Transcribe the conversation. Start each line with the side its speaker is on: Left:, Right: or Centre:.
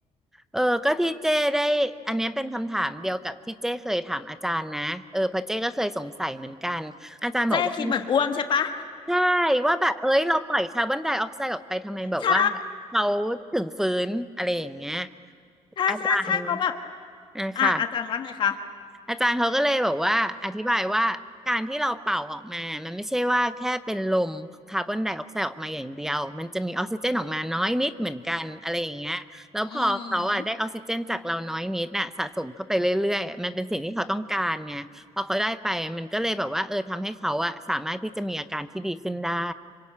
Centre: เออก็ที่เจ้ได้อันเนี้ยเป็นคำถามเดียวกับที่เจ้เคยถามอาจารย์นะเออเพราะเจ้ก็เคยสงสัยเหมือนกันอาจารย์บอกว่า
Left: เจ้คิดเหมือนอ้วนใช่ปะ
Centre: ใช่ว่าแบบเอ้ยเราปล่อยคาร์บอนไดออกไซด์ออกไปทำไมแบบว่าเขาถึงฟื้นอะไรอย่างเงี้ย
Left: ใช่ใช่ใช่ใช่เพราะแบบ
Centre: อาจารย์อ่ะค่ะ
Left: อ่ะอาจารย์ว่าไงคะ
Centre: อาจารย์เขาก็เลยบอกว่าอธิบายว่าการที่เราเป่าออกมามันไม่ใช่ว่าแค่เป็นลมคาร์บอนไดออกไซด์ออกมาอย่างเดียว มันจะมีออกซิเจนออกมาน้อยนิดเหมือนกันอะไรอย่างเงี้ยแล้วพอเขาอ่ะได้ออกซิเจนจากเราน้อยนิดน่ะสะสมเข้าไปเรื่อยๆมันเป็นสิ่งที่เขาต้องการเนี่ยพอเขาได้ไปมันก็เลยแบบว่าเออทำให้เขาอ่ะสามารถที่จะมีอาการที่ดีขึ้นได้
Left: อืม